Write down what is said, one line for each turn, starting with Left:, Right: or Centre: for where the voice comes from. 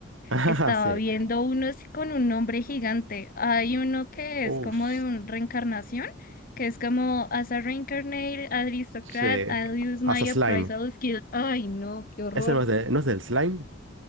Right: <laughs>
Left: estaba
Right: Ah, sí.
Left: viendo unos con un nombre gigante. Hay uno que
Right: Uf,
Left: es como de una reencarnación, que es como As a Reincarnate Aristocrat,
Right: sí.
Left: I'll use
Right: Hasta
Left: my
Right: slime.
Left: appraisal skill. Ay, no, qué horror.
Right: Ese no es de, no es del slime.